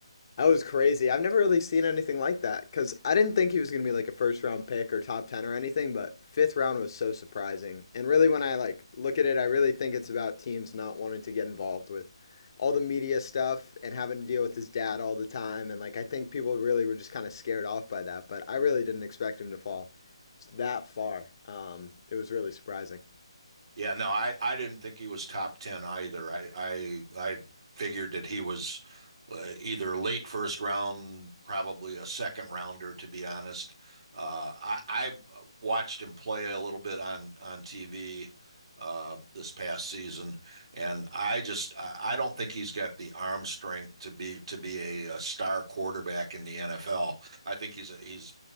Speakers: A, on the left; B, on the right.
A: That was crazy. I've never really seen anything like that because I didn't think he was going to be like a first round pick or top 10 or anything, but fifth round was so surprising. And really, when I like look at it, I really think it's about teams not wanting to get involved with all the media stuff and having to deal with his dad all the time. And like, I think people really were just kind of scared off by that, but I really didn't expect him to fall that far. Um, it was really surprising.
B: Yeah, no, I, I didn't think he was top 10 either. I, I, I figured that he was uh, either late first round, probably a second rounder, to be honest. Uh, I, I watched him play a little bit on, on TV uh, this past season, and I just I, I don't think he's got the arm strength to be to be a, a star quarterback in the NFL. I think he's a, he's